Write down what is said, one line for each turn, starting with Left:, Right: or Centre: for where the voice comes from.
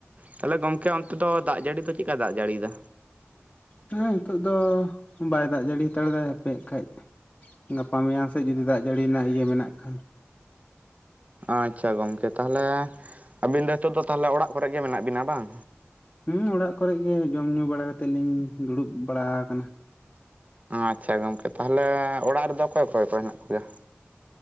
Right: ᱛᱟᱞᱦᱮ ᱜᱚᱢᱠᱮ ᱚᱱᱛᱮ ᱫᱚ ᱫᱟᱜ ᱡᱟᱹᱲᱤ ᱫᱚ ᱪᱮᱫ ᱞᱠᱟᱭ ᱫᱟᱜ ᱡᱟᱹᱲᱤᱭᱫᱟ
Left: ᱦᱮᱸ ᱦᱤᱛᱚᱜ ᱫᱚ ᱵᱟᱭ ᱫᱟᱜ ᱡᱟᱹᱲᱤ ᱦᱟᱛᱟᱲ ᱫᱟᱭ ᱦᱟᱯᱮ ᱦᱟᱜ ᱠᱷᱟᱡ ᱜᱟᱯᱟ ᱢᱮᱭᱟᱝ ᱥᱮᱡ ᱡᱩᱫᱤ ᱫᱟᱜ ᱡᱟᱹᱲᱤ ᱨᱮᱱᱟᱜ ᱤᱭᱟᱹ ᱢᱮᱱᱟᱜ ᱠᱷᱟᱱ
Right: ᱟᱪᱪᱷᱟ ᱜᱚᱢᱠᱮ ᱛᱟᱦᱞᱮ ᱟᱵᱤᱱ ᱫᱚ ᱱᱤᱛᱚᱜ ᱫᱚ ᱛᱟᱦᱞᱮ ᱚᱲᱟᱜ ᱠᱚᱨᱮᱜ ᱜᱮ ᱢᱮᱱᱟᱜ ᱵᱤᱱᱟ ᱵᱟᱝ
Left: ᱦᱩᱸ ᱚᱲᱟᱜ ᱠᱚᱨᱮᱜ ᱜᱮ ᱡᱚᱢ ᱧᱩ ᱵᱟᱲᱟ ᱠᱟᱛᱮᱫ ᱞᱤᱧ ᱫᱩᱲᱩᱵ ᱵᱟᱲᱟ ᱟᱠᱟᱱᱟ
Right: ᱟᱪᱪᱷᱟ ᱜᱚᱢᱠᱮ ᱛᱟᱦᱞᱮ ᱚᱲᱟᱜ ᱨᱮᱫᱚ ᱚᱠᱚᱭ ᱚᱠᱚᱭ ᱠᱚ ᱦᱮᱱᱟᱜ ᱠᱚ ᱜᱮᱭᱟ